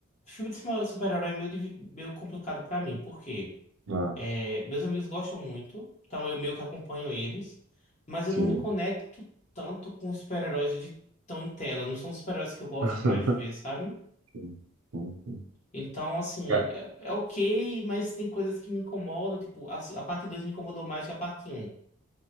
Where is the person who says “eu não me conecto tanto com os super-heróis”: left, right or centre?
Left